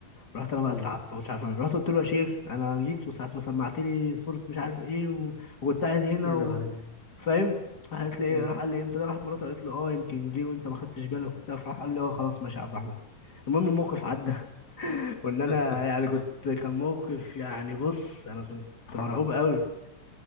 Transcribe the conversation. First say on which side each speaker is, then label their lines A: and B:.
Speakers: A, on the left; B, on the left.
A: رحت انا بقى
B: مم.
A: اترعبت مش عارف اعمل إيه. رحت قلت له يا شيخ انا جيت وساعه ما سمعت لي صوره مش عارف ايه و... وكنت قاعد هنا
B: تكذب
A: و...
B: علي
A: فاهم راح قالت لي ايه
B: مم.
A: راح قال لي امتى ده راحت مراته قالت له اه يمكن جه وانت ما خدتش بالك وبتاع فراح قال لي اه خلاص ماشي يا عبد الرحمن المهم الموقف عدى <laughs> وان انا
B: <laughs>
A: يعني كنت كان موقف يعني بص انا كنت مرعوب
B: حرمت
A: قوي